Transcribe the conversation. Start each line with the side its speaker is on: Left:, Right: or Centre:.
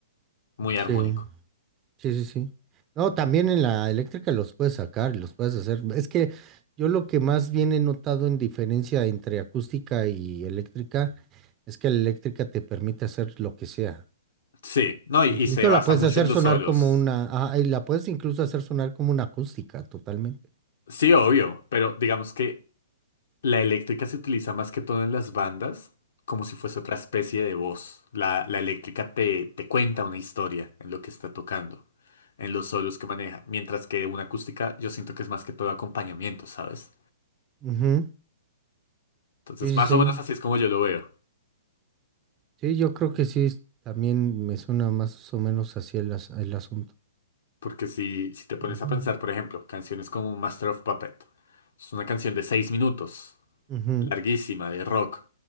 Left: muy
Right: Sí.
Left: armónico.
Right: Sí, sí, sí. No, también en la eléctrica los puedes sacar, los puedes hacer. Es que yo lo que más bien he notado en diferencia entre acústica y eléctrica es que la eléctrica te permite hacer lo que sea.
Left: Sí, no, y,
Right: Incluso
Left: y se basa
Right: la puedes
Left: mucho
Right: hacer
Left: en los
Right: sonar
Left: solos.
Right: como una, ah, y la puedes incluso hacer sonar como una acústica totalmente.
Left: Sí, obvio, pero digamos que La eléctrica se utiliza más que todo en las bandas, como si fuese otra especie de voz. La, la eléctrica te, te cuenta una historia en lo que está tocando, en los solos que maneja, mientras que una acústica yo siento que es más que todo acompañamiento, ¿sabes?
Right: Ujú, ujú.
Left: Entonces,
Right: Sí, sí,
Left: más
Right: sí.
Left: o menos así es como yo lo veo.
Right: Sí, yo creo que sí, es- también me suena más o menos así el, as- el asunto.
Left: Porque si, si te pones
Right: Ujú,
Left: a pensar, por ejemplo, canciones como Master of Puppet, es una canción de seis minutos.
Right: ujú.
Left: larguísima de rock,